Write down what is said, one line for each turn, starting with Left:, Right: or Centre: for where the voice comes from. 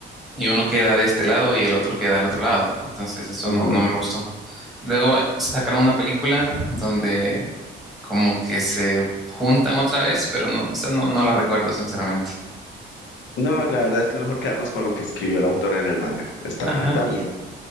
Centre: y uno queda de este lado y el otro queda del otro lado. Entonces eso
Left: ujú.
Centre: no no me gustó. Luego eh, sacaron una película donde como que se juntan otra vez, pero no, esa no, no la recuerdo sinceramente.
Left: No, la verdad es que es mejor quedarnos con lo que escribió el autor en el manga. Está,
Centre: Ajá,
Left: está bien.